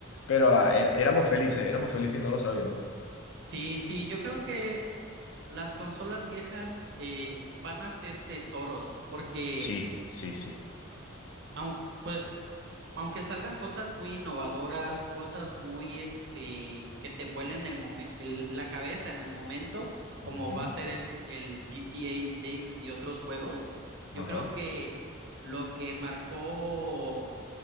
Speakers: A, on the left (about 65°); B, on the right (about 55°).
A: Pero ah, er- éramos felices, éramos felices y no lo sabíamos.
B: Sí, sí, yo creo que las consolas viejas eh, van a ser tesoros porque
A: Sí, sí, sí.
B: aun- pues Aunque salgan cosas muy innovadoras, cosas muy, este, que te vuelen el momen- el- la cabeza en el momento, como
A: Ujú,
B: va a ser el, el GTA 6 y otros juegos, yo
A: Ajá.
B: creo que lo que marcó,